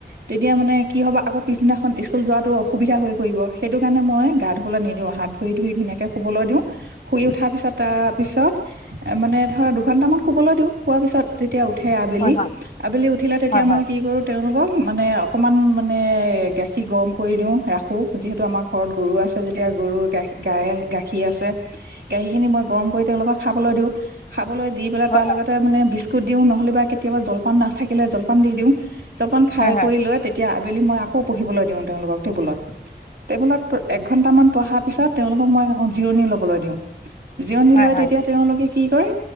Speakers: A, on the right; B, on the left.
A: তেতিয়া মানে কি হ'ব আকৌ পিছদিনাখন স্কুল যোৱাতো অসুবিধা হৈ পৰিব সেইটো কাৰণে মই গা ধুবলৈ নিদিওঁ হাত ধৰি ধুই ধুনীয়াকে শুবলৈ দিওঁ শুই উঠাৰ পিছত তাৰপিছত মানে ধৰা দুঘন্টাামান শুবলৈ দিওঁ শোৱাৰ পিছত যেতিয়া উঠে আবেলি
B: হয়
A: আবেলি উঠিলে তেতিয়া
B: হয় হয় হয় হয় হয়
A: মই
B: হয়
A: কি কৰোঁ তেওঁলোকক মানে অকমান মানে গাখীৰ গৰম কৰি দিওঁ ৰাখো যিহে আমাৰ ঘৰত গৰু আছে যেতিয়া গৰু গাখীৰ গাই গাখীৰ আছে <inaudible> গাখী খিনি মই গৰম কৰি তেওঁ লগত খাবলৈ দিওঁ খা দি পেলা
B: হয়
A: তাৰ
B: হয়
A: লগতে মানে বিচ দিও নহ'লে বা কেতিয়াবা জলপান নাথাকিলে জলপান দি দিওঁ যপান খাই
B: হয়
A: কৰি
B: হয় হয় হয়
A: লয় তেতিয়া আবেলি মই আকৌ পঢ়িবলৈ দিওঁ তেওঁলোকক টেবুলত টেবুলত এক ঘন্টামান পঢ়াত পিছত তেওঁলোকক মই এখন জিৰণি ল'বলৈ দিওঁ জিৰণি
B: হয়
A: লয়
B: হয় হয়
A: তেতিয়া তেওঁলোকে কি কৰে